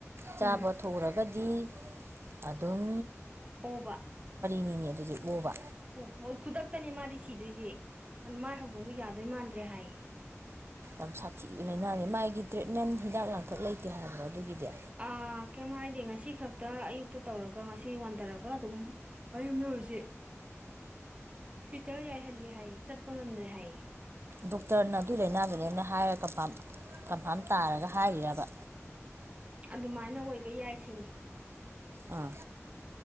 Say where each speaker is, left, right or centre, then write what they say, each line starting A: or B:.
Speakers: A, on the right (about 55°); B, on the right (about 25°).
A: ꯆꯥꯕ
B: ꯎꯝ
A: ꯊꯛꯎꯔꯒꯗꯤ ꯑꯗꯨꯝ
B: ꯑꯣꯕ
A: ꯃꯤꯅꯤ ꯑꯗꯨꯗꯤ ꯎꯕ
B: ꯍꯣ ꯍꯣꯏ ꯈꯨꯗꯛꯇꯅꯦ ꯃꯥꯗꯤ ꯁꯤꯗꯣꯏꯁꯦ ꯑꯗꯨ ꯃꯥꯏ ꯍꯧꯗꯣꯡꯗꯣ ꯌꯥꯗꯣꯏ ꯃꯥꯟꯗ꯭ꯔꯦ ꯍꯥꯏ
A: ꯌꯥꯝ ꯁꯥꯊꯤꯕꯅꯤꯅꯅꯦ ꯃꯥꯒꯤ ꯇ꯭ꯔꯤꯠꯃꯦꯟ ꯍꯤꯗꯥꯛ ꯂꯥꯡꯊꯛ ꯂꯩꯇꯦ ꯍꯥꯏꯕꯣ ꯑꯗꯨꯒꯤꯗꯤ
B: ꯑꯥ ꯀꯩꯝ ꯍꯥꯏꯗꯦ ꯉꯁꯤ ꯈꯛꯇ ꯑꯌꯨꯛꯇ ꯇꯧꯔꯒ ꯉꯁꯤ ꯋꯥꯟꯊꯔꯒ ꯑꯗꯨꯝ ꯃꯌꯨꯝꯗꯔꯨꯁꯦ ꯍꯤꯗꯥꯛ ꯌꯥꯏ ꯍꯜꯂꯤ ꯍꯥꯏ ꯆꯠꯄ ꯉꯝꯗ꯭ꯔꯦ ꯍꯥꯏꯌꯦ
A: ꯗꯣꯛꯇꯔꯅ ꯑꯗꯨꯏ ꯂꯥꯏꯅꯥꯗꯨꯅꯦꯅ ꯍꯥꯏꯔ ꯀꯟꯐꯥꯝ ꯀꯟꯐꯥꯝ ꯇꯥꯔꯒ ꯍꯥꯏꯈꯔꯕ
B: ꯑꯗꯨꯃꯥꯏꯅ ꯑꯣꯏꯕ ꯌꯥꯏ ꯁꯤꯅꯤ
A: ꯑꯥ